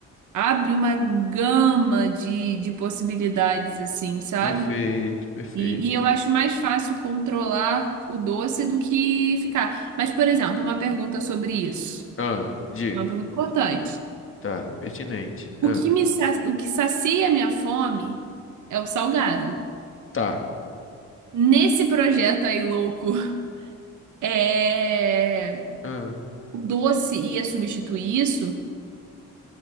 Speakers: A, on the right; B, on the left.
A: abre uma gama de, de possibilidades, assim, sabe?
B: Perfeito, perfeito.
A: E, e eu acho mais fácil controlar o doce do que ficar. Mas, por exemplo, uma pergunta sobre isso.
B: Ah, diga.
A: Uma pergunta importante.
B: Tá, pertinente.
A: O
B: Ah,
A: que me, sa- o que sacia a minha fome é o salgado.
B: tá.
A: Nesse projeto aí louco, <laughs> é...
B: Ah,
A: o doce ia substituir isso?